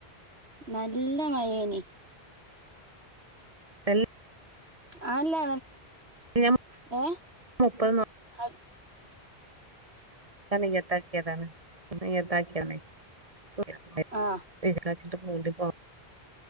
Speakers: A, on the right; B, on the right.
A: നല്ല മഴയെനി
B: എല്ലാം
A: ആ അല്ലാ
B: ഞാൻ
A: യെ
B: മുപ്പത്
A: അ
B: ഞാൻ നിയ്യത്താക്കിയതാണ് നിയ്യത്താക്കിയാന്നെ <unintelligible>
A: ആ
B: ഏത് ക്ലാസി അപ്പോണ്ടിപ്പോ